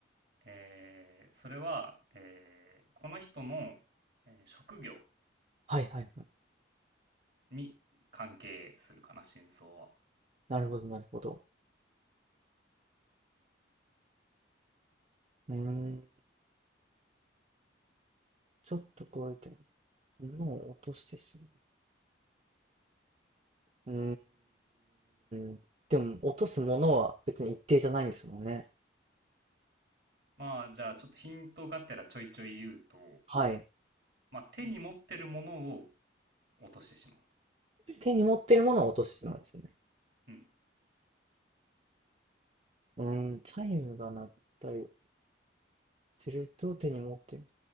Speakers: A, on the right; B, on the right.
A: えーそれは、えーこの人の、えー職業
B: はいはいはい。
A: に関係するかな、真相は。
B: なるほどなるほど。うーん、ちょっとこうやって物を落としてしまう。うーん。でも、落とすものは別に一定じゃないんですもんね。
A: まあ、じゃあ、ちょっとヒントがてらちょいちょい言うと、
B: はい。
A: まあ、手に持ってるものを落としてしまうと。
B: 手に持ってるものを落としてしまうんですよね。
A: うん。
B: うーん、チャイムが鳴ったりすると手に持ってる。